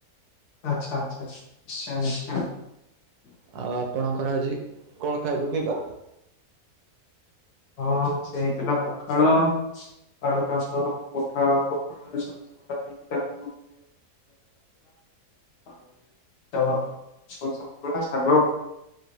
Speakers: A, on the left (about 85°); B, on the right (about 80°).
A: ଆଛା ଆଛା ନିଶ୍ଚୟ ନିଶ୍ଚୟ
B: ଆଉ ଆପଣଙ୍କର ଆଜି କଣ ଖାଇବ ପିଇବା?
A: ହଁ ସେ ହେଇଥିଲା ପଖାଳ ପଖାଳକୁ ଆଳୁ <unintelligible> କରା ହେଇଥିଲା <unintelligible> ସୋରିଷ ଶାଗ